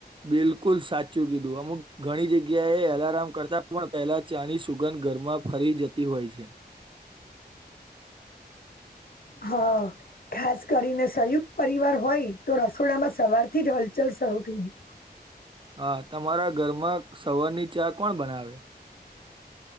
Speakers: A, on the right; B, on the left.
A: બિલકુલ સાચું કીધું અમુક ઘણી જગ્યાએ અલાર્મ કરતા પણ પહેલા ચાણી સુગંધ ધ <unintelligible> ફરી જતી હોય છે.
B: હા ખાસ કરીને સંયુક્ત પરિવાર હોય તો રસોડામાં સવાર થી જ હલચલ સરુ થય
A: હા તમારા ઘરમાં સવારની ચા કોણ બનાવે.